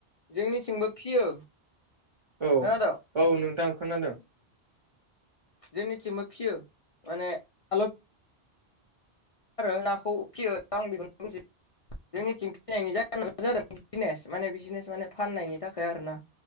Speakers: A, on the left; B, on the right.
A: जोंनिथिंबो फियो।
B: औ
A: खोनादों
B: औ नोंथाङा खोनादों।
A: जोंनिथिंबो फियो माने आलोख आरो नाखौ फियो आं बेखौनो बुंसै। जोंनिथिं फैनायनि जाहोनानो जादों बिजनेस माने बिजनेस माने फाननायनि थाखाय आरोना।